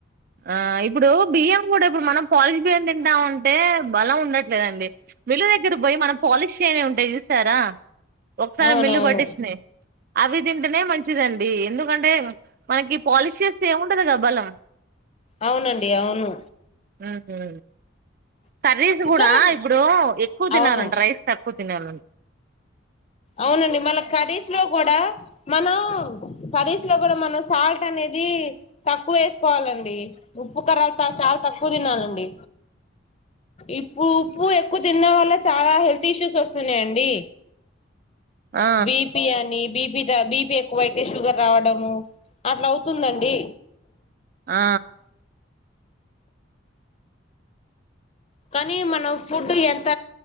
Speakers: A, on the right; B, on the left.
A: ఆ ఇప్పుడు బియ్యం కూడా ఇప్పుడు మనం పాలిష్ బియ్యం తింటా ఉంటే బలం ఉండట్లేదండి. మిల్లు దగ్గర పోయి మనం పాలిష్ చేయనివి ఉంటాయి చూసారా ఒకసారి
B: అవునవును
A: మిల్లు పట్టించినియి అవి తింటేనే మంచిదండి ఎందుకంటే మనకి పాలిష్ చేస్తే ఏముంటది గ బలం
B: అవునండి అవును
A: ఊహూ కర్రీస్
B: ఇంకోటి
A: కూడా ఇప్పుడు ఎక్కువ తినాలంట
B: అవును
A: రైస్ తక్కువ తినాలం
B: అవునండి మళ్ళ కర్రీస్ లో కూడా మనం కర్రీస్ లో కూడా మనం సాల్ట్ అనేది తక్కువ వేసుకోవాలండి ఉప్పు కారాలు చాలా తక్కువ తినాలండి ఇప్పుడు ఉప్పు ఎక్కువ తిన్న వల్ల చాలా హెల్త్ ఇష్యూస్ వస్తున్నాయండి.
A: ఆ
B: బిపి అని బి బిపి ఎక్కువ అయితే షుగర్ రావడము అట్లా అవుతుందండి
A: ఆ
B: కానీ మనం ఫుడ్ ఎంత